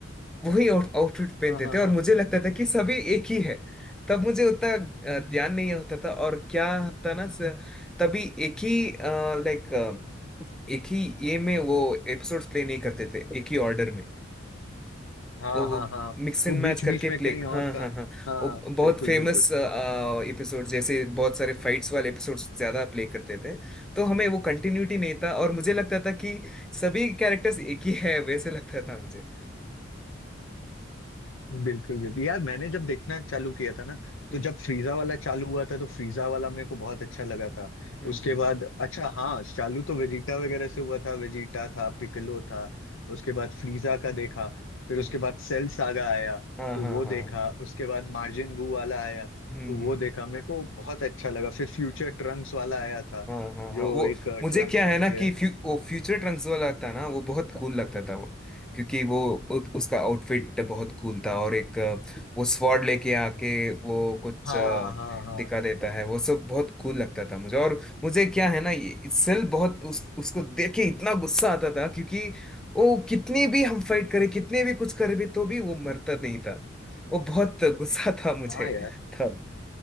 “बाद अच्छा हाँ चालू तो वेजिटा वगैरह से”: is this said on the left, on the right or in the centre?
Left